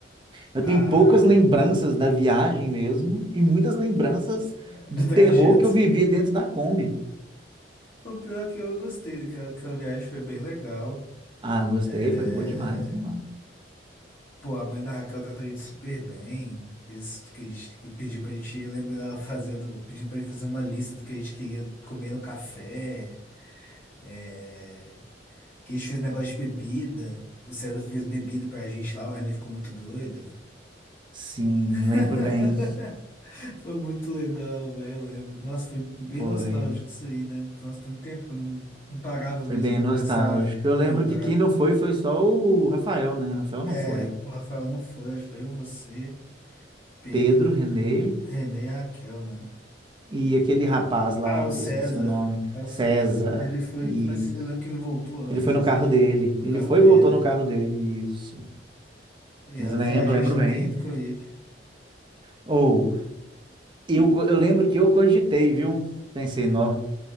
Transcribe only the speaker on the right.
Eu
tenho poucas lembranças da viagem mesmo e muitas lembranças
do terror
que eu vivi dentro da Kombi.
Ah, gostei,
foi boa demais, não é?
Sim,
lembro bem.
Foi,
foi
bem
nostálgico.
Eu
lembro que quem não foi foi só o Rafael, né? Rafael não
foi.
Pedro, Renê
E aquele rapaz lá,
que eu esqueci o nome,
César,
isso.
Ele foi no carro
dele.
Ele
foi
e voltou no carro dele, isso.
Mas lembro,
lembro
bem.
Ou, eu, co- eu lembro que eu cogitei, viu? Pensei, nó,